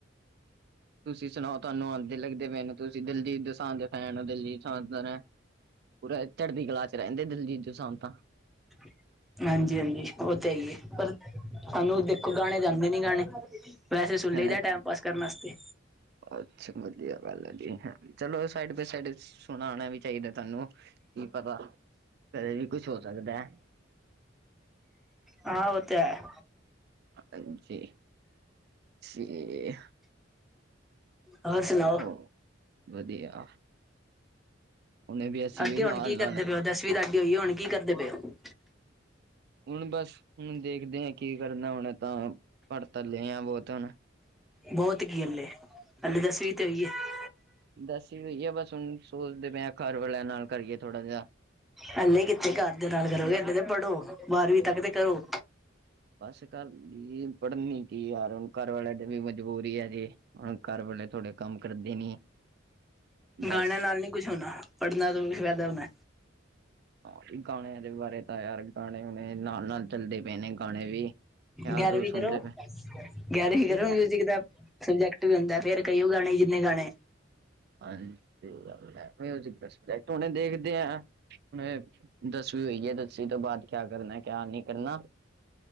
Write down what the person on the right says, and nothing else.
ਤੁਸੀਂ ਸੁਣਾਓ ਤੁਹਾਨੂੰ ਆਂਦੇ ਲੱਗਦੇ ਪਏ ਨੇ ਤੁਸੀਂ ਦਿਲਜੀਤ ਦੋਸਾਂਝ ਦੇ ਫੈਨ ਓ ਦਿਲਜੀਤ ਦੋਸਾਂਝ ਪੂਰਾ ਚੜਦੀ ਕਲਾ ਚ ਰਹਿੰਦੇ ਦਿਲਜੀਤ ਦੋਸਾਂਝ ਤਾਂ।
ਹੈ
ਅੱਛਾ ਵਧੀਆ ਗੱਲ ਐ ਜੀ ਚਲੋ ਸਾਈਡ ਬਾਏ ਸਾਈਡ ਸੁਣਾਣਾ ਵੀ। ਚਾਈਦਾ ਤੁਹਾਨੂੰ ਕੀ ਪਤਾ ਕਦੇ ਵੀ ਕੁਛ ਹੋ ਸਕਦਾ।
ਹਾਂਜੀ ਜੀ।
ਹੋ ਵਧੀਆ। ਹੁਣੇ ਵੀ ਅਸੀਂ
ਵੀ ਨਾਲ
ਨਾਲ
ਹੁਨ ਬਸ ਹੁਨ ਦੇਖਦੇ ਆ ਕੀ ਕਰਨਾ ਹੁਨ ਤਾਂ। ਪੜ ਤਾਂ ਲਏ ਆ ਬੋਤ ਹੁਨ।
ਬਸ ਵੀ ਬਈਆ ਬਸ ਹੁਣ ਸੋਚਦੇ ਪਏ ਆ ਘਰ ਵਾਲਿਆਂ ਨਾਲ ਕਰੀਏ ਥੋੜਾ ਜਾ।
ਬਸ ਘਰ ਦੀ ਪੜ੍ਹਨੀ ਕੀ ਯਾਰ ਹੁਨ ਘਰ ਵਾਲਿਆਂ ਦੀ ਵੀ ਮਜਬੂਰੀ ਐ ਜੀ। ਹੁਨ ਘਰ ਵਾਲੇ ਥੋੜੇ ਕੰਮ ਕਰਦੇ ਨੀ। ਬਸ।
ਹਾਂ, ਗਾਣਿਆਂ ਦੇ ਬਾਰੇ ਤਾਂ ਯਾਰ ਗਾਣੇ ਹੁਨੇ ਨਾਲ ਨਾਲ ਚੱਲਦੇ ਪਏ ਨੇ ਗਾਣੇ ਵੀ। ਯਾਰ
ਦੋਸਤ
ਸੁਣਦੇ ਪਏ
ਠੀਕ ਹੈ
ਹਾਂਜੀ ਸਈ ਗੱਲ ਐ ਮਿਊਜ਼ਿਕ ਦਾ ਸਬਜੈਕਟ ਹੁਨੇ ਦੇਖਦੇ ਆ। ਹੁਨੇ ਦਸਵੀਂ ਹੋਈ ਐ ਦਸਵੀਂ ਤੋਂ ਬਾਅਦ। ਕਿਆ ਕਰਨਾ ਕਿਆ ਨੀ ਕਰਨਾ